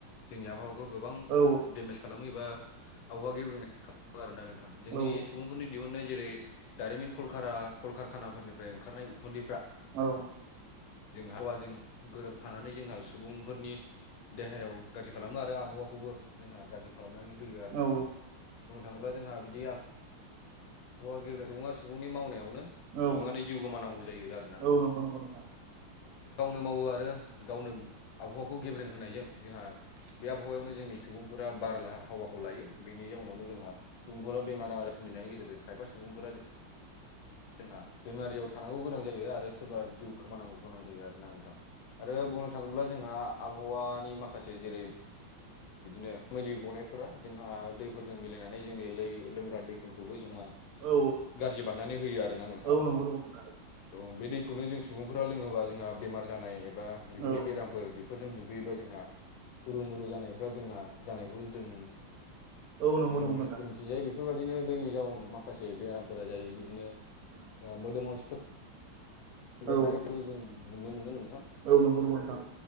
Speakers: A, on the left (about 75°); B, on the right (about 65°).
A: जोंनि आबहावाखौ गोबां
B: औ
A: डेमेज खालामो एबा आबहावा गेब्रेंनाय खालामो आरोना नोंथां। जोंनि
B: औ
A: सुबुंफोरनि दिहुननाय जेरै दारिमिन कलकारा कलकारखानाफोरनिफ्राय ओंखारनाय उखुन्दैफ्रा
B: औ।
A: जों आबहाबाजों गोरोबफानानै जोंहा सुबुंफोरनि देहायाव गाज्रि खालामो आरो आबहावाखौबो जोंहा गाज्रि खालामनानै होयो आरोना
B: औ
A: नोंथां। बुंनो थाङोब्ला जोंहा बिदि आ हावा गेब्रेंनाय, सुबुङा सुबुंनि मावनायावनो
B: औ
A: सुबुङानो जिउ गोमानांगौ जायो आरो ना नोंथां।
B: औ नंगौ नंगौ नोंथां
A: गावनो मावो आरो गावनो आबहावाखौ गेब्रें होनायजों जोंहा बे आबहावायावनो जोंनि सुबुंफोरा बारला हावाखौ लायो बेनि जाउनावनो जोंहा सुबुंफोराव बेमार आजार सोमजनायनि गेजेरजों खायफा सुबुंफोरा जोंहा बेमारियाव थानांगौ गोनां जायो आरो सोरबा जिउ खोमानांगौ गोनां जायो आरोना नोंथां। आरो बुंनो थाङोब्ला जोंहा आबहावानि माखासे जेरै बिदिनो मोलि गनायफोरा जोंहा दैफोरजों मिलायनानै जोंनि लै लोंग्रा दैफोरखौबो जोंहा
B: औ
A: गाज्रि बानायनानै होयो आरोना नोंथां।
B: औ नंगौ नंगौ नोंथां
A: औ बे दैखौनो जों सुबुंफोरा लोङोबा जोंहा बेमार जानाय एबा बिगुरनि
B: औ
A: बेरामफोर बे फोरजों दुगैयोबा जोंहा खुरु मुरु जानायफ्रा जोंहा जानायखौ जों
B: औ नंगौ
A: नुनो
B: नंगौ
A: मोनो
B: नोंथां
A: जोंनिथिंजाय बेफोरबायदिनो दैनि जाउनाव माखासे बेरामफोरा जायो। बिदिनो मोदोमाव सिथर बेरनायखौ
B: औ
A: जों नुनो मोनो नोंथां।
B: औ नंगौ नंगौ नोंथां